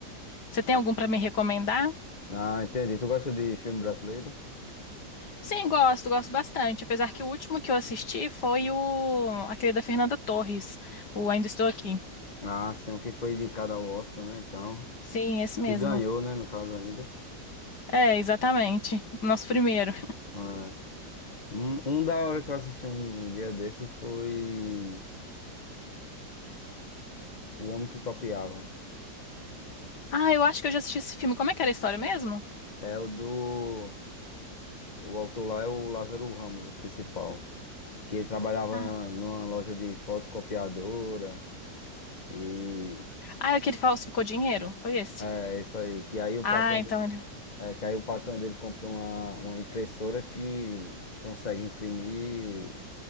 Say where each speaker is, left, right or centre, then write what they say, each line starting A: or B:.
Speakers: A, on the left; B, on the left.
A: Você tem
B: Ah,
A: algum pra me recomendar?
B: ah, entendi. Tu gosta de filme brasileiro?
A: Sim, gosto, gosto bastante. Apesar que o último que eu assisti foi o aquele da Fernanda Torres, o Ainda Estou Aqui.
B: Ah, sim, o que foi indicado ao Oscar, né? Então,
A: Sim, esse mesmo.
B: que ganhou, né, no caso ainda.
A: É, exatamente. O Nosso primeiro.
B: Ah, Um, um da hora que eu assisti um dia desse foi O Homem que Copiava.
A: Ah, eu acho que eu já assisti esse filme. Como é que era a história mesmo?
B: É o do... O autor lá é o Lázaro Ramos, o principal, que ele trabalhava
A: Ah,
B: numa loja de fotocopiadora e...
A: ah é o que ele falsificou dinheiro? Foi esse?
B: É isso aí. Que aí o
A: Ah,
B: patrão
A: então.
B: dele, é, que aí o patrão dele comprou uma, uma impressora que consegue imprimir